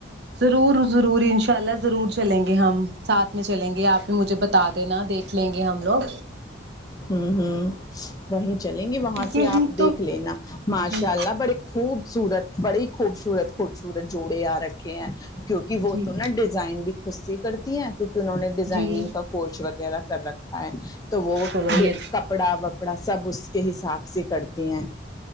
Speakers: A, on the right; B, on the left.
A: ضرور ضرور انشاء اللہ ضرور چلیں گے ہم ساتھ میں چلیں گے آپ ہی مجھے بتا دینا دیکھ لیں گے ہم لوگ
B: ہوں ہوں وہیں چلیں گے وہاں سے
A: یہی
B: آپ
A: تو
B: دیکھ لینا ماشاء
A: جی
B: اللہ بڑے خوبصورت بڑی خوبصورت خوبصورت جوڑے آ رکھے ہیں کیوںکہ وہ
A: جی
B: تو نا ڈیزائن بھی خود سے کرتی ہیں کیونکہ انہوں نے ڈیزائنگ
A: جی
B: کا کورس وغیرہ کر رکھا ہے تو وہ
A: چلو
B: بہ
A: یہ
B: کپڑا وپڑا سب اس کے حساب سے کرتی ہیں